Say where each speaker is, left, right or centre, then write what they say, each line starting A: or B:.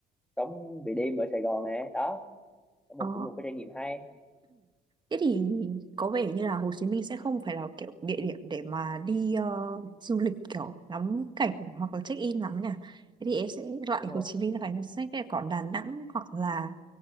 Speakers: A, in the centre; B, on the right.
A: sống về đêm ở Sài Gòn này đó có một
B: ờ
A: cũng một cái trải nghiệm hay
B: Thế thì có vẻ như là Hồ Chí Minh sẽ không phải là kiểu địa điểm để mà đi ờ, du lịch kiểu ngắm cảnh hoặc là check in lắm nhỉ.
A: ừ,
B: Thế thì em sẽ loại
A: đúng rồi
B: Hồ Chí Minh ra khỏi danh sách này còn Đà Nẵng hoặc là